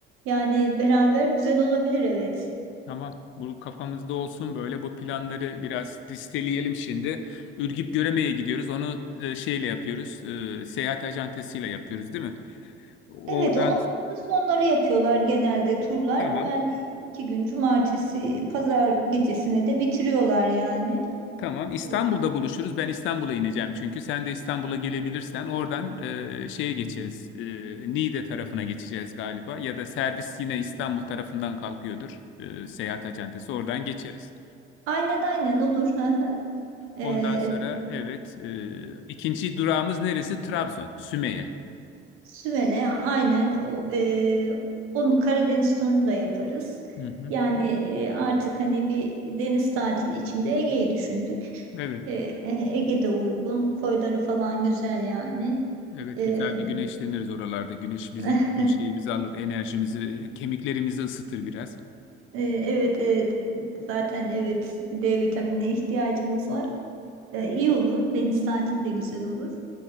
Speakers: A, on the right; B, on the left.
A: Yani beraber güzel olabilir evet.
B: Tamam, bu kafamızda olsun böyle bu planları biraz listeleyelim şimdi. Ürgüp Göreme'ye gidiyoruz. Onu e, şeyle yapıyoruz. e, seyahat acentesiyle yapıyoruz değil mi? Oradan
A: Evet, onu hafta sonları yapıyorlar genelde turlar.
B: tamam.
A: Hemen iki gün cumartesi, pazar gecesine de bitiriyorlar yani.
B: Tamam. İstanbul'da
A: Hı.
B: buluşuruz. Ben İstanbul'a ineceğim çünkü. Sen de İstanbul'a gelebilirsen oradan e, şeye geçeriz. E, Niğde tarafına geçeceğiz galiba. Ya da servis yine İstanbul tarafından kalkıyordur. E, seyahat acentesi. Oradan geçeriz.
A: Aynen aynen olur. Hı hı. Ee,
B: Ondan sonra evet e, ikinci durağımız neresi? Trabzon, Sümeyye.
A: Sümele aynen o, e, onu Karadeniz turunu da yaparız.
B: Hı hı.
A: Yani e, artık hani bir deniz tatili içinde Ege'yi düşündük.
B: Evet.
A: E, e, Ege'de uygun. Koyları falan güzel yani.
B: Evet
A: E,
B: güzel bir güneşleniriz oralarda. Güneş bizim
A: <laughs>
B: bütün şeyimizi alır, enerjimizi, kemiklerimizi ısıtır biraz.
A: e, evet evet. Zaten evet D vitaminine ihtiyacımız var. E, iyi olur. Deniz tatili de güzel olur.